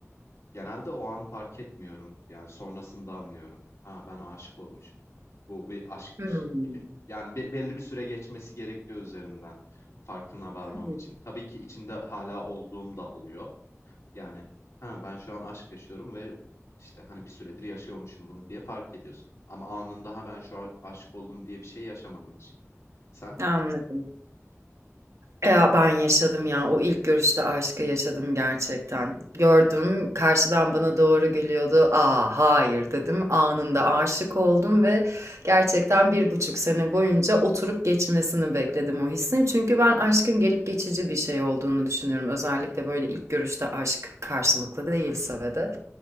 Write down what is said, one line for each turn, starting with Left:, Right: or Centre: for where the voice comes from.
Left: Genelde o an fark etmiyorum. Yani sonrasında anlıyorum. Ha ben aşık olmuşum. Bu bir aşkmış
Right: Hmm,
Left: gibi. Yani be- belli bir süre geçmesi gerekiyor üzerinden farkına varmam
Right: hmm,
Left: için. Tabii ki içinde hala olduğum da oluyor. Yani, ha, ben şu an aşk yaşıyorum ve, işte, hani, bir süredir yaşıyormuşum bunu diye fark ediyorsun. Ama anında, ha, ben şu an aşık oldum diye bir şey yaşamadım hiç. Sen?
Right: Anladım. E, Ya ben yaşadım ya. O ilk görüşte aşkı yaşadım gerçekten. Gördüm, karşıdan bana doğru geliyordu. Aa, hayır dedim. Anında aşık oldum ve gerçekten bir buçuk sene boyunca oturup geçmesini bekledim o hissin. Çünkü ben aşkın gelip geçici bir şey olduğunu düşünüyorum. Özellikle böyle ilk görüşte aşk karşılıklı değilse ve de.